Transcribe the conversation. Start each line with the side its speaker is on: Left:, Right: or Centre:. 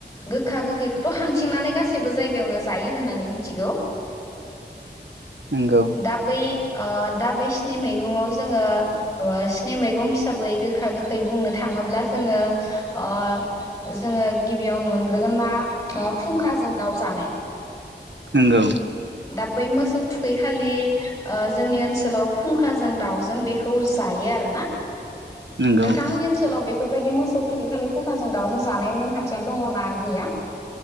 Left: गोखा गोखैखौथ' हांथिंनानै गासैबो जायगायावनो जायो होननानै मिथिगौ।
Right: नंगौ
Left: दा बै। ओ दा बै सिनि मैगंआव जोङो स्नि मैगं हिसाबै गोखा गोखै बुंनो थाङोब्ला जोङो ओ जोङो गिबियावनो मोनग्रोगोन मा खुंखाजों दाउ जानाय।
Right: नंगौ
Left: दा बै मोसौ खालि जोंनि ओनसोलाव फुंखाजों दाउजों बेखौ जायो आरो ना।
Right: नंगौ
Left: नोंथांमोननि ओनसोलाव बेफोरबायदि मो सौ थुखैखालि फुंखाजों दाउजों जानायनि नेमखान्थिया दङनाा गैया?